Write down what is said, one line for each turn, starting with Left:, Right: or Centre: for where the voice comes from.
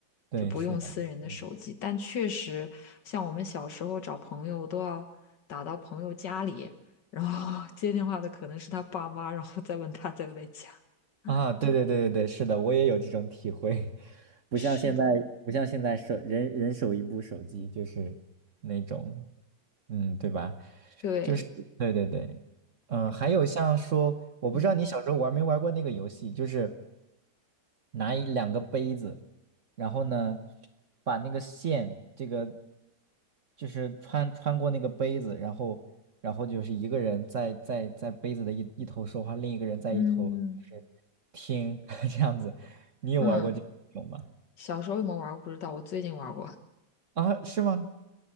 Right: 对，
Left: 就不用私人的手机。
Right: 是的，嗯
Left: 但确实，像我们小时候找朋友都要打到朋友家里，然后 <laughs> 接电话的可能是他爸妈，然后再问他在不在家。<laughs>
Right: 啊，对对对对对，是的，我也有这种体会，<laughs> 不像现在，
Left: 是的，
Right: 不像现在手人人手一部手机，就是那种，嗯，对吧？
Left: 对，
Right: 就是对对对，嗯、还有像说，我不知道你小时候玩没玩过那个游戏，
Left: 嗯
Right: 就是拿一两个杯子。然后呢，把那个线这个就是穿穿过那个杯子，然后然后就是一个人在在在杯子的一一头说话，另一个人在一头就是听
Left: 嗯
Right: <laughs> 这样子。你有玩过这种吗？
Left: 嗯，小时候有没有玩过不知道，我最近玩过。
Right: 啊，是吗？